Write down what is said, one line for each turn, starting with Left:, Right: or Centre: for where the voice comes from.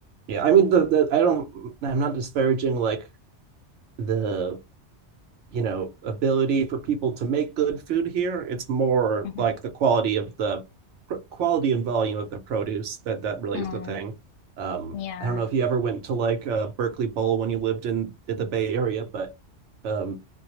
Right: yeah. I mean the, the I don't I'm not disparaging like the you know ability for people to make good food here it's more
Left: hmm
Right: like the quality of the quality and volume of the produce that that really
Left: Mm,
Right: is the thing um
Left: yeah.
Right: i don't know if you ever went to like uh, berkeley bowl when you lived in, in the bay area but um